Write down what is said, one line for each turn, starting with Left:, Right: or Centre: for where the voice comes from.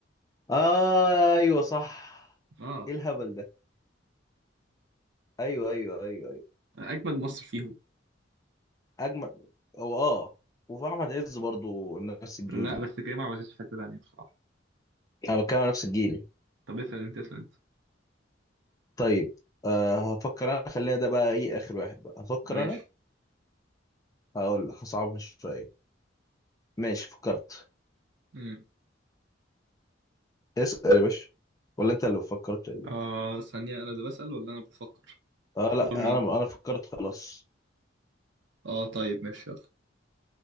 Left: آه ايوه صح
Right: اه
Left: ايه الهبل ده ايوه ايوه ايوه
Right: اجمد مصر فيهم
Left: اجمل هو اه وفي احمد عز برضو نفس الجيل
Right: لا بس كريم عبد العزيز في حتة تانية بصراحة
Left: انا بتكلم على نفس الجيل
Right: طب اسأل انت اسأل انت
Left: طيب أه هفكر انا خلينا ده بقى ايه اخر واحد بقى هفكر
Right: ماشي
Left: انا هقول هصعبها شويه ماشي فكرت
Right: امم
Left: اسال يا باشا ولا انت اللي فكرت اللي.
Right: آه ثانية أنا اللي بسأل ولا أنا بفكر؟
Left: اه لا
Right: دور مين؟
Left: انا انا فكرت خلاص
Right: آه طيب ماشي يلا